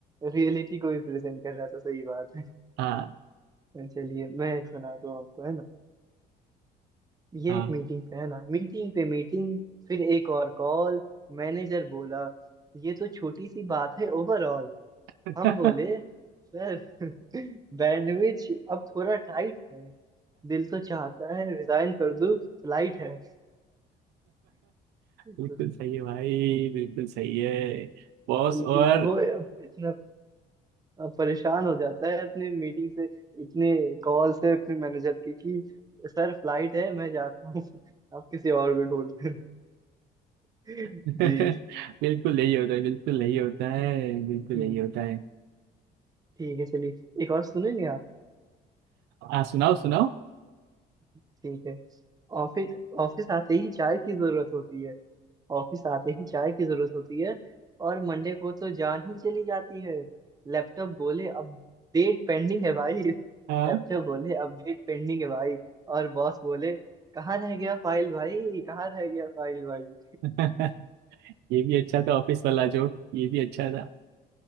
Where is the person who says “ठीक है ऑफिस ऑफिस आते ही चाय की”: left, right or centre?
Right